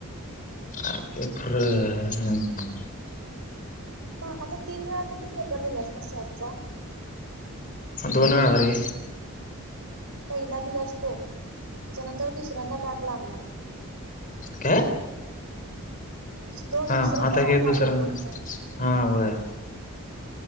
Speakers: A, on the left (about 35°); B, on the right (about 75°).
A: खरं <unintelligible>
B: मग आता तीन वेळा तर तू पेपर दिलास ना स्टॅट चा.
A: दोन वेळा रे.
B: पहिला दिलास तो. त्याच्यानंतर दुसऱ्यांदा बॅग लागला..
A: काय?
B: दुस दोन
A: हा
B: दुसऱ्यांदा
A: आता
B: बॅक
A: हे
B: लागला
A: दुसऱ्यांदा.
B: ना आता
A: हा होय.